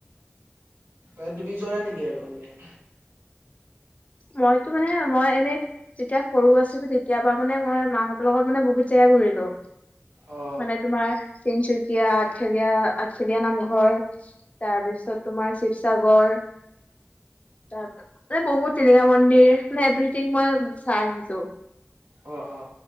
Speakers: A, on the right; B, on the left.
A: এ, তুমি যোৱা নাই নেকি? আৰু এনে
B: মইতো মানে, মই এনে, যেতিয়া সৰু আছিলোঁ তেতিয়া ফুৰা মানে, মই মাহঁতৰ লগত মানে, বহুত জেগা ঘূৰিলোঁ।
A: অ
B: মানে তোমাৰ তিনিচুক কীয়া, আঠখেলীয়া, আঠখেলীয়া নামঘৰ, তাৰপিছত তোমাৰ শিৱসাগৰ তাৰ <unintelligible> টিলিঙা মন্দিৰ, মানে এভৰিথিং মই চাই আহিছোঁ।
A: অ অ